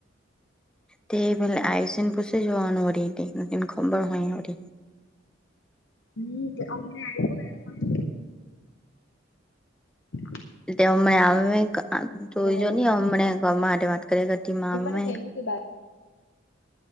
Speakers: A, in the centre; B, on the left.
A: તે પે આયુ છેને પૂછી જોવાનું વરી ખબર હોયરી.
B: ન હમને આવી ગયો. હમ <inaudible>
A: એટ હમને આમે જોઈજો
B: આવેલા
A: નહી અમને માટે વાત કર કરતી માં
B: હું કરે
A: અમે
B: જયમુ કે બા